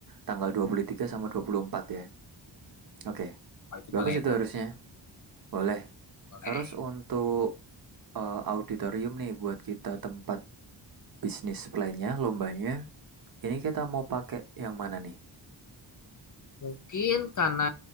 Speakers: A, on the right; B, on the left.
A: Tanggal 23 sama 24 ya. Oke.
B: Kalau itu
A: Bagus
B: boleh
A: itu
B: bang.
A: harusnya. Boleh.
B: Oke.
A: Terus untuk eh, auditorium nih buat kita tempat bisnis plan-nya, lombanya. Ini kita mau pakai yang mana nih?
B: Mungkin karena